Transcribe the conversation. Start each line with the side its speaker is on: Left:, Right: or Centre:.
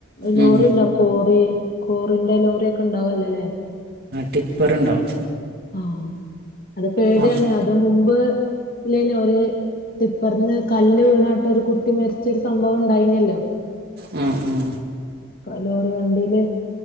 Left: ലോറി
Right: ഉം.
Left: ഉണ്ടാ കോറി കോറിന്റെ ലോറി ഒക്കെ ഇണ്ടാവല്ലോല്ലേ
Right: ടിപ്പർ ഉണ്ടാവും
Left: ആ അത് പേടിയാണ്
Right: അപ്പ്
Left: അത് മുമ്പ് ഇല്ലന്നെ ഒരു ടിപ്പറന്ന് കല്ല് വീണാട്ട് ഒരു കുട്ടി മരിച്ചൊരു സംഭവം ഉണ്ടായിന്നല്ലോ
Right: ഉം ഉം
Left: ലോറ് വണ്ടിയില്